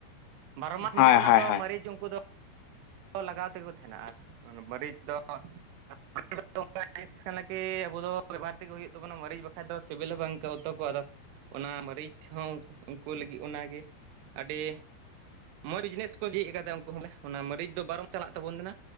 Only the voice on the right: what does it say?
ᱵᱟ ᱢᱟᱱᱮ
ᱚᱱᱟ
ᱫᱚ
ᱢᱟᱹᱨᱤᱪ ᱩᱱᱠᱩ ᱫᱚ ᱠᱚ ᱞᱟᱜᱟᱣ ᱛᱮᱠᱚ ᱛᱟᱦᱮᱸᱱᱟ ᱟᱨ ᱚᱱᱟ ᱢᱟᱹᱨᱤᱪ ᱫᱚ <inaudible> ᱚᱝᱠᱟᱱᱟᱜ ᱡᱤᱱᱤᱥ ᱠᱟᱱᱟ ᱠᱤ ᱟᱵᱚ ᱫᱚ ᱵᱮᱵᱟᱨ ᱛᱮᱜᱮ ᱦᱩᱭᱩᱜ ᱛᱟᱵᱚᱱᱟ ᱢᱟᱹᱨᱤᱪ ᱵᱟᱠᱷᱟᱡ ᱫᱚ ᱥᱤᱵᱤᱞ ᱵᱟᱝ ᱠᱚ ᱳᱛᱳ ᱠᱚ, ᱟᱫᱚ ᱚᱱᱟ ᱢᱟᱹᱨᱤᱪ ᱦᱚᱸ ᱩᱱᱠᱩ ᱞᱟᱹᱜᱤᱫ ᱚᱱᱟᱜᱮ, ᱟᱹᱰᱤ ᱢᱚᱡᱽ ᱡᱤᱱᱤᱥ ᱠᱩ ᱡᱷᱤᱡ ᱟᱠᱟᱫᱟ ᱩᱱᱠᱩ ᱦᱚ ᱵᱚᱞᱮ ᱚᱱᱟ ᱢᱟᱹᱨᱤᱪ᱾ ᱫᱚ ᱵᱟᱨᱚᱢ ᱢᱟᱥ ᱪᱟᱞᱟᱜ ᱛᱟᱵᱚᱱᱟ